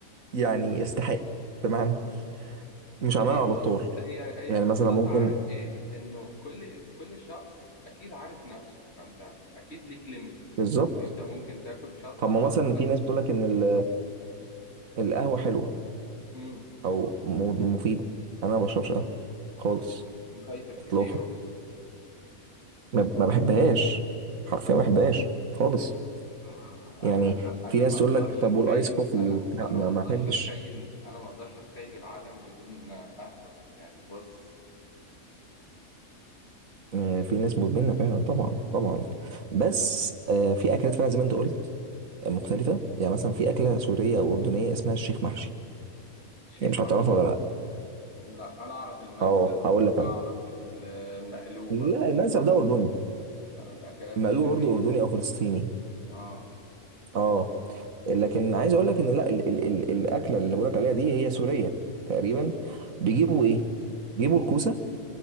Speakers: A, on the right; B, on the left.
A: يعني يستحق بمعنى مش عمال
B: هي
A: على بطال
B: بص هي هي
A: يعني
B: قصتها
A: مثلا ممكن
B: عارف ايه انه كل كل شخص اكيد عارف نفسه فانت اكيد ليك ليميت
A: بالظبط
B: انت ممكن تاكل شطه
A: طب
B: اه
A: ما مثلا
B: بس
A: في ناس بتقول لك ان ال- القهوه حلوه
B: امم
A: او م- مفيده انا ما بشربش قهوه خالص
B: فايتك
A: اطلاقا
B: كتير
A: ما ما بحبهاش حرفيا ما بحبهاش خالص
B: آه،
A: يعني
B: انا انا
A: في ناس
B: ما
A: تقول
B: اقدرش
A: لك طب
B: اتخيل
A: والايس كوفي
B: انا
A: وبتاع
B: انا
A: ما
B: ما
A: ما
B: اقدرش
A: احبش
B: اتخيل انا ما اقدرش اتخيل العالم بدون قهوة يعني بص
A: آه، في ناس مدمنه فعلا طبعا طبعا بس آه، في اكلات فعلا زي ما انت قلت آه، مختلفه يعني مثلا في اكله سوريه او اردنيه اسمها الشيخ محشي
B: شيخ
A: يعني مش عارف
B: محشي
A: تعرفها ولا لا
B: لا انا اعرف المنسف
A: اه هقول لك انا
B: اعرف المقلوبة
A: لا المنسف ده اردني
B: لا، الاكلات
A: مقلوب
B: الشامية
A: برضه اردني او فلسطيني
B: اه
A: اه لكن عايز اقول لك ان لا ال ال ال الاكله اللي بقول لك عليها دي هي سوريه تقريبا
B: امم
A: بيجيبوا ايه بيجيبوا الكوسه